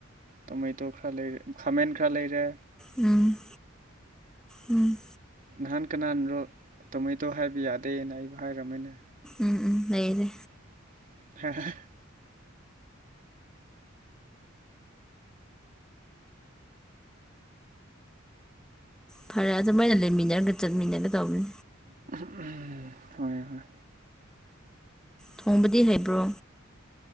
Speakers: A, on the right (about 40°); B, in the centre.
A: ꯇꯣꯃꯦꯇꯣ ꯈꯔ ꯂꯩꯔꯦ ꯈꯥꯃꯦꯟ ꯈꯔ ꯂꯩꯔꯦ
B: ꯎꯝ ꯎꯝ
A: ꯅꯍꯥꯟ ꯀꯅꯥꯅꯔꯣ ꯇꯣꯃꯦꯇꯣ ꯍꯥꯏꯕ ꯌꯥꯗꯦꯅ ꯑꯩꯕꯨ ꯍꯥꯏꯔꯝꯃꯤꯅꯦ
B: ꯎꯝ ꯎꯝ ꯂꯩꯌ‌ꯦꯅꯦ
A: <unintelligible>
B: ꯐꯔꯦ ꯑꯗꯨꯃꯥꯏꯅ ꯂꯩꯃꯤꯟꯅꯔꯒ ꯆꯠꯃꯤꯟꯅꯒꯗꯧꯕꯅꯤ
A: <inaudible> ꯍꯣꯏ ꯍꯣꯏ
B: ꯊꯣꯡꯕꯗꯤ ꯍꯩꯕ꯭ꯔꯣ